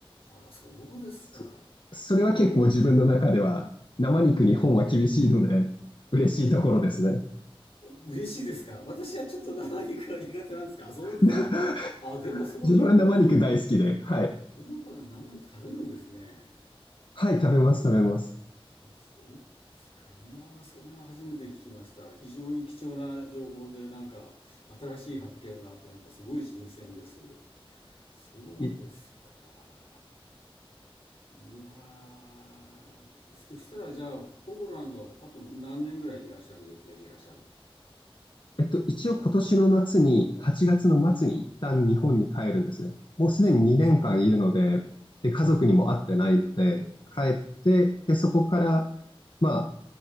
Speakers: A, on the left; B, on the left.
A: あ、はあ、そうですか。
B: そそれは結構自分の中では生肉日本は厳しいので嬉しいところですね。
A: 嬉しいですか。私はちょっと生肉は苦手なんですか。あ、そうですか。
B: <laughs>
A: あ、でもそう、
B: 自分は生肉大好きで、
A: ヨーロッパでも
B: はい。
A: ヨーロッパでも生肉食べるんですね。
B: はい、食べます、食べます。
A: あ、そうですか。いやー、それは初めて聞きました。非常に貴重な情報で、なんか、新しい発見があって、なんかすごい新鮮です。そうですか。
B: い
A: いやー、そしたらじゃあ、ポーランドはあと何年ぐらいいらっしゃる予定でいらっしゃる
B: えっと、一応今年の夏に、8月の末に一旦日本に帰るんですね。
A: あ
B: もうすでに2年間いるので、
A: ーあ、そうですか。
B: で、家族にも会ってないので、
A: あ
B: 帰って、で、そこから、まあ、